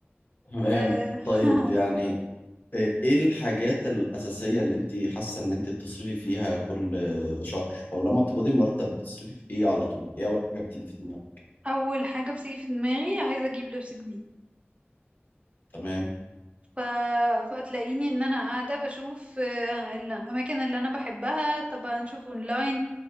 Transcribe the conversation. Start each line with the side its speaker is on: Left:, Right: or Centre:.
Left: تمام
Right: أه <laughs>
Left: طيب يعني ايه ايه الحاجات الاساسيه اللي انت حاسه ان انت بتصرفي فيها كل شهر او لما بتقبضي مرتب بتصرفي في ايه على طول؟ ايه اول حاجه بتيجي في دماغك؟
Right: اول حاجة بتيجي في دماغي عايزة اجيب لبس جديد
Left: تمام
Right: ف... فتلاقيني ان انا قاعده بشوف آه، الاماكن اللي انا بحبها طب هنشوف اونلاين